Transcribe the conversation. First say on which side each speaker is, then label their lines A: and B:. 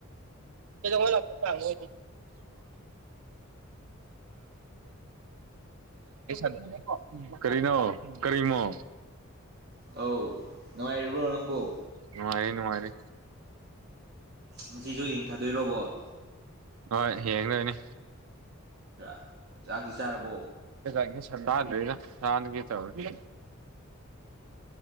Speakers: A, on the right; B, on the right.
A: ꯀꯩꯗꯧꯉꯩ ꯂꯥꯛꯄ ꯇꯥꯡꯅꯣ <unintelligible> ꯍꯜꯂꯣ ꯀꯔꯤꯅꯣ ꯀꯔꯤꯃꯣ
B: ꯑꯧ ꯅꯨꯡꯉꯥꯏꯔꯤꯕꯣ ꯅꯪꯕꯣ
A: ꯅꯨꯡꯉꯥꯏꯔꯤ ꯅꯨꯡꯉꯥꯏꯔꯤ
B: ꯉꯁꯤꯁꯨ ꯌꯦꯡꯊꯥꯗꯣꯏꯔꯣ ꯕꯣꯜ
A: ꯍꯣꯏ ꯌꯦꯡꯗꯣꯏꯅꯤ
B: ꯆꯥ ꯆꯥꯛꯇꯤ ꯆꯥꯔꯕꯣ
A: <unintelligible> ꯆꯥꯗ꯭ꯔꯤꯗ ꯆꯥꯔꯒꯦ ꯇꯧꯔꯤ